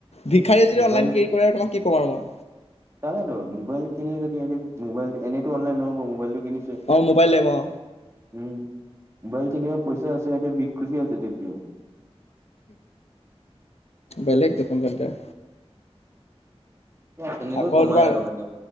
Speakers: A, on the left; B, on the right.
A: ভিখাৰিয়ে যদি
B: মোবাইল
A: অনলাইন কেৰি কৰে আৰু তোমাক কি ক'ম আৰু মই,
B: তাকেতো ম'বাইল কিনি যদি ইহতি ম'বাইল টো এনেতটো অনলাই নহ'ব ম'বাইল কিনি
A: অ', ম'বাইল লাগিব অ
B: উম মোবাইল কিনিব পইচা আছে সিহঁতিতে ভিষ খুজি আছে তেতিয়াও,
A: বেলেগ দেখনোন চন্তাৰ
B: এনেকৈ
A: আকৌ
B: কমাই
A: তোমাৰ
B: আৰু মানে